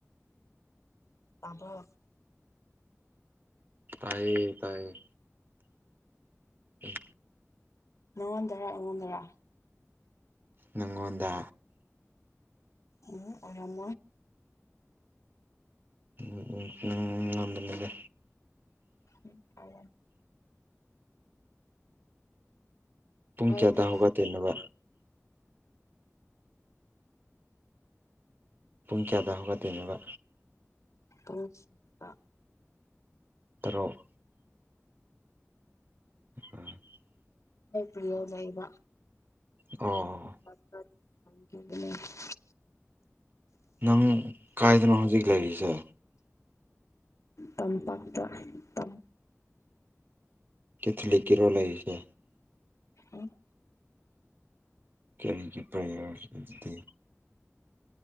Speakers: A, on the left (about 75°); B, on the right (about 40°).
A: ꯇꯥꯕ
B: ꯇꯥꯏꯌꯦ ꯇꯥꯏꯌꯦ ꯎ
A: ꯅꯉꯗ꯭ꯔ ꯅꯗ꯭ꯔ
B: ꯅꯪꯉꯣꯟꯗ
A: ꯑꯣ ꯑꯔꯝ
B: ꯎ ꯎ ꯎꯝ ꯉꯗꯅꯤꯗꯦ
A: ꯎ ꯑ
B: ꯄꯨꯡ
A: ꯍꯣꯏ
B: ꯀꯌꯥꯗꯥ
A: ꯑꯗꯨꯗꯤ
B: ꯍꯧꯒ ꯇꯣꯏꯅꯣꯕ ꯄꯨꯡ ꯀꯌꯥꯗ ꯍꯧꯒꯠꯇꯣꯏꯅꯣꯕ
A: ꯄꯨꯡ ꯁꯤꯛꯁꯇ
B: ꯇꯔꯨꯛ <inaudible>
A: ꯑꯩ ꯐꯤꯔꯣꯜ ꯂꯩꯩꯕ
B: ꯑꯣ
A: <unintelligible>
B: ꯅꯪ ꯀꯥꯏꯗꯅꯣ ꯍꯧꯖꯤꯛ ꯂꯩꯔꯤꯁꯦ
A: ꯇꯝꯄꯥꯛꯇ ꯇꯝ
B: ꯀꯊꯂꯤꯛ ꯀꯤꯔꯣ ꯂꯩꯔꯤꯁꯦ
A: ꯎꯝ
B: ꯀꯔꯤꯒꯤ ꯄ꯭ꯔꯦꯌꯔ ꯑꯗꯨꯗꯤ